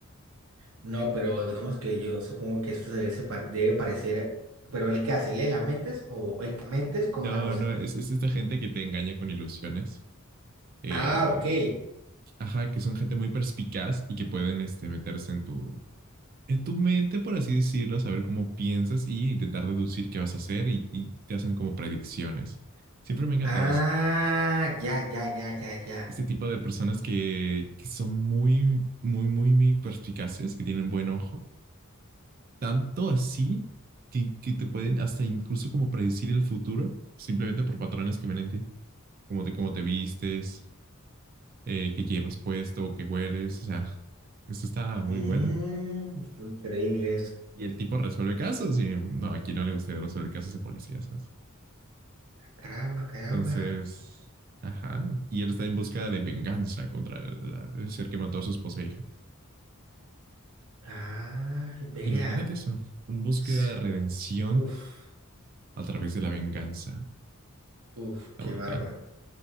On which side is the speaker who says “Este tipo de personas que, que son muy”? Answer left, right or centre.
Right